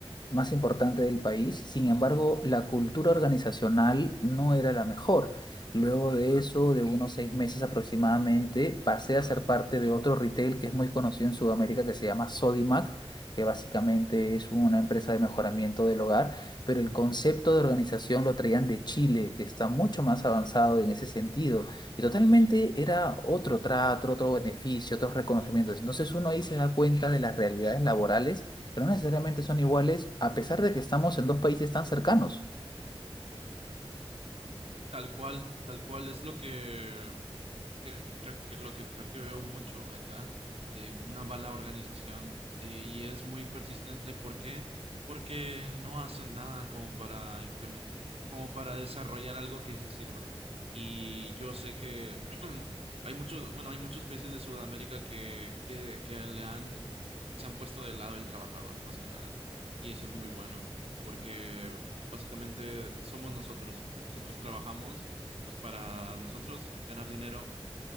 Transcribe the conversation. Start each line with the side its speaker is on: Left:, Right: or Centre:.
Left: más importante del país. Sin embargo, la cultura organizacional no era la mejor. Luego de eso, de unos seis meses aproximadamente, pasé a ser parte de otro retail que es muy conocido en Sudamérica que se llama Sodimac, que básicamente es una empresa de mejoramiento del hogar, pero el concepto de organización lo traían de Chile, que está mucho más avanzado en ese sentido. Y totalmente era otro trato, otro beneficio, otros reconocimientos. Entonces uno ahí se da cuenta de las realidades laborales que no necesariamente son iguales, a pesar de que estamos en dos países tan cercanos.
Right: tal cual, tal cual. Es lo que que creo que lo que creo que veo mucho acá de una mala organización eh, y es muy persistente. ¿Por qué? Porque no hacen nada como para implementar, como para desarrollar algo que sí sirva. Y yo sé que <clears throat> hay muchos, bueno, hay muchos países de Sudamérica que, que, que le han, que se han puesto del lado del trabajador, más que nada. Y eso es muy bueno, porque básicamente somos nosotros. Nosotros trabajamos pues para nosotros ganar dinero